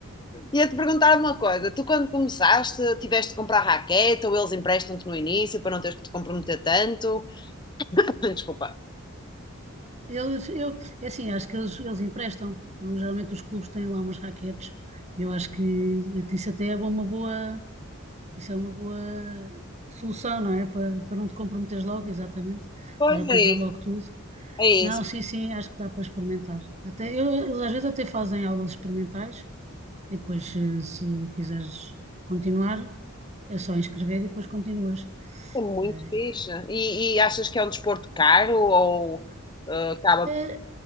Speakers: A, on the left; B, on the right.
A: Ia-te perguntar uma coisa, tu quando começaste, tiveste de comprar raquete ou eles emprestam-te no início para não teres que te comprometer tanto? <laughs> Desculpa.
B: Eles, eu, é assim, acho que eles, eles emprestam. Geralmente os clubes têm lá umas raquetes. Eu acho que eh, isso até é uma boa, isso é uma boa solução, não é? Para, para não te comprometeres logo, exatamente.
A: Pois
B: Estar a comprar
A: é, isso,
B: logo tudo.
A: é
B: Não,
A: isso.
B: sim, sim, acho que dá para experimentar. Até, eu, eles às vezes até fazem aulas experimentais e depois, se, se quiseres continuar, é só inscrever e depois continuas.
A: É muito
B: Eh,
A: fixe. E, e achas que é um desporto caro ou eh, acaba
B: Eh,